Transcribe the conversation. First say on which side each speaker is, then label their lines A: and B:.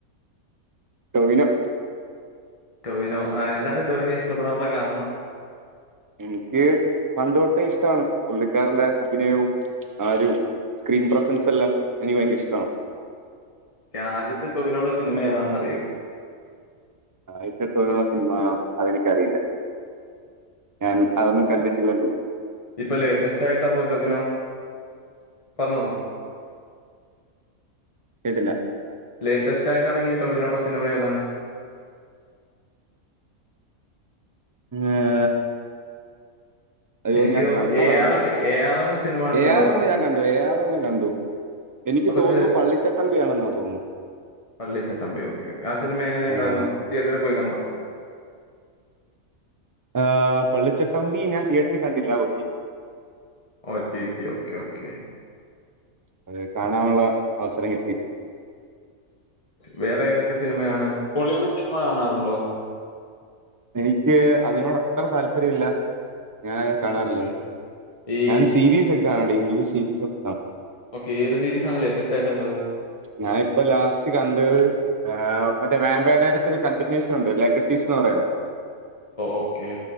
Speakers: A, on the right; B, on the left.
A: ടോവിനോ
B: ടോവിനോ എന്താണ് ടോവിനേ ഇഷ്ടപ്പെടാനുള്ള കാരണം
A: എനിക്ക് പണ്ട് തൊട്ടേ ഇഷ്ടമാണ് പുള്ളിക്കാരന്റെ അഭിനയവും ആ ഒരു സ്ക്രീൻ പ്രസൻസ് എല്ലാം എനിക്ക് ഭയങ്കര ഇഷ്ടമാണ്
B: ആദ്യത്തെ ടൊവിനോ യുടെ സിനിമ ഏതാന്നറിയോ
A: ആദ്യത്തെ ടോവിനോയുടെ സിനിമ അതെനിക്കറിയില്ല ഞാൻ അതൊന്നും കണ്ടിട്ടില്ലല്ലോ
B: ഇപ്പൊ ലേറ്റസ്റ്റ് ആയിട്ടാ പോച്ചഭിനോ പറഞ്ഞോളൂ
A: കേട്ടില്ല
B: ലേറ്റസ്റ്റ് ആയിട്ട് ഇറങ്ങിയ ടൊവിനോയുടെ സിനിമ ഏതാണ്
A: ഏഹ് അയ്യോ
B: എനിക്ക്
A: ഞാൻ കണ്ടതാണ്
B: എ R M A R M സിനിമ കണ്ടിട്ടുണ്ടോ
A: ഏ ആർ എം ഞാൻ കണ്ടു ഏ ആർ എം കണ്ടു എനിക്ക്
B: കുറച്ച്
A: തോന്നുന്നു പള്ളിച്ചട്ടമ്പിയാണെന്നാ തോന്നുന്നു
B: പള്ളിച്ചട്ടമ്പി ഓക്കെ ഓക്കെ ആ സിനിമ എങ്ങനെ ഉണ്ടായിരുന്നു
A: ഏഹ്,
B: തിയേറ്ററിൽ പോയി കണ്ടോ?
A: ആഹ് പള്ളിച്ചട്ടമ്പി ഞാൻ തിയേറ്ററിൽ കണ്ടില്ല O T
B: O T T okay okay
A: അത് കാണാനുള്ള അവസരം കിട്ടിയില്ല
B: വേറെ ഏതൊക്കെ സിനിമയാണ് ഹോളിവുഡ് സിനിമ കാണാറുണ്ടോ
A: എനിക്ക് അതിനോട് അത്ര താല്പര്യം ഇല്ല ഞാൻ കാണാറില്ല
B: ഓക്കെ ഈ
A: ഞാൻ സീരീസൊക്കെ കാണാറുണ്ട് ഇംഗ്ലീഷ് സീരീസൊക്കെ കാണ
B: ഓക്കെ ഏ സീരീസാണ് ലേറ്റസ്റ്റ് ആയിട്ട് കണ്ടത്
A: ഞാൻ ഇപ്പോ ലാസ്റ്റ് കണ്ടത് ആ മറ്റേ വേമ്പേയുടെ ഒരു കണ്ടിന്യേഷൻ ഉണ്ട് ലെങ്ക സീസ് എന്ന് പറയുന്ന
B: ഓക്കേ